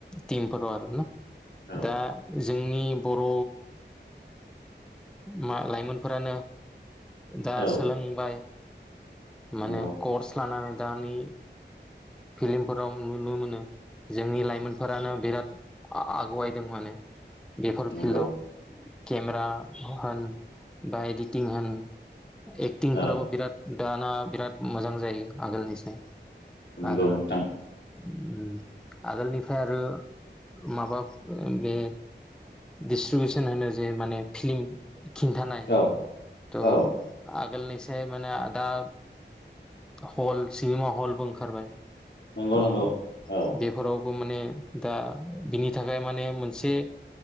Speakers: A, in the centre; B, on the left (about 70°).
A: टिमफोराव आरोना
B: औ
A: दा जोंनि बर' मा लाइमोनफोरानो दा
B: औ
A: सोलोंबाय माने
B: नंगौ
A: कर्स लानानै दानि फिल्मफोराव नुनो मोनो जोंनि लाइमोनफोरानो बिराद आगवायदों माने बेफोर
B: नंगौ
A: फिल्डआव केमेरा होन बा एडिटिं होन एक्टिंफोराबो
B: औ
A: बिराद दाना बिराद मोजां जायो आगोलनिसिम
B: नंगौ
A: आरो
B: नोंथां
A: आगोलनिफ्राय आरो माबा बे दिसट्रिबिउसन होनो जे माने फिलम खिन्थानाय
B: औ
A: त'
B: औ
A: आगोलनिसाय माने दा हल सिनेमा हलबो ओंखारबाय
B: नंगौ
A: थ'
B: नंगौ औ
A: बेफोराव माने दा बिनि थाखाय माने मोनसे